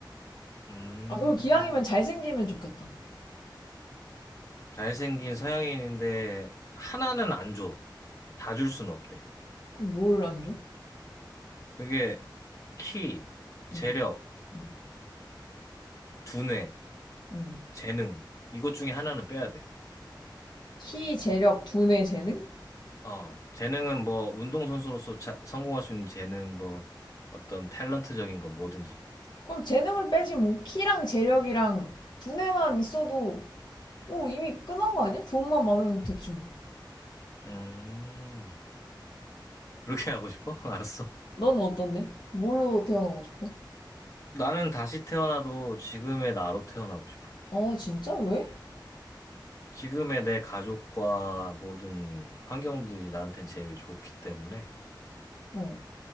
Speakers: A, on the left; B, on the left.
A: 음,
B: 아, 그리고 기왕이면 잘생기면 좋겠다.
A: 잘생긴 서양인인데 하나는 안 줘. 다 줄 순 없대.
B: 그럼 뭘 안 줘?
A: 그게 키, 재력,
B: 응, 응,
A: 두뇌,
B: 응.
A: 재능. 이것 중에 하나는 빼야 돼.
B: 키, 재력, 두뇌, 재능?
A: 어, 재능은 뭐 운동선수로서 자- 성공할 수 있는 재능, 뭐 어떤 탤런트적인 거 뭐든지.
B: 그럼 재능을 빼지 뭐. 키랑 재력이랑 두뇌만 있어도, 오, 이미 끝난 거 아니야? 돈만 많으면 됐지 뭐.
A: 음. 그렇게 하고 싶어? <laughs> 알았어.
B: 넌 어떤데? 뭘로 태어나고 싶어?
A: 나는 다시 태어나도 지금의 나로 태어나고 싶어.
B: 아, 진짜? 왜?
A: 지금의 내 가족과 모든 환경들이 나한텐 제일 좋기 때문에
B: 어.